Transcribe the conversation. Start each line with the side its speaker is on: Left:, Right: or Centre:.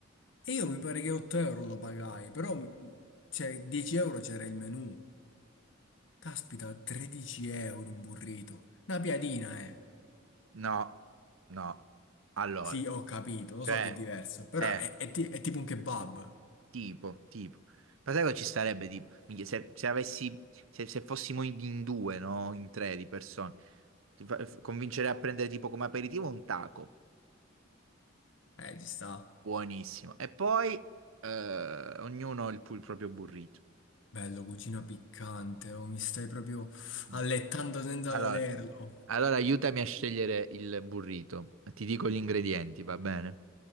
Left: E io mi pare che 8 euro lo pagai, però mm, cioè, 10 euro c'era il menù. Caspita, 13 euro un burrito. Una piadina, eh.
Right: No, no. Allora,
Left: Sì, ho capito, lo
Right: cioè,
Left: so che è diverso, però
Right: eh,
Left: è, è ti- è tipo un kebab.
Right: tipo, tipo. Ma sai cosa ci starebbe, tipo? Minchia, se, se avessi, se, se fossimo in in due, no? In tre di persone. Ti fa- Convincerei a prendere tipo come aperitivo un taco.
Left: Eh, ci sta.
Right: Buonissimo. E poi, eh, ognuno il, pu- il proprio burrito.
Left: Bello, cucina piccante, oh, mi stai proprio allettando
Right: Mm.
Left: senza
Right: Allora,
Left: volerlo.
Right: Allora, aiutami a scegliere il burrito. Ti dico gli ingredienti, va bene?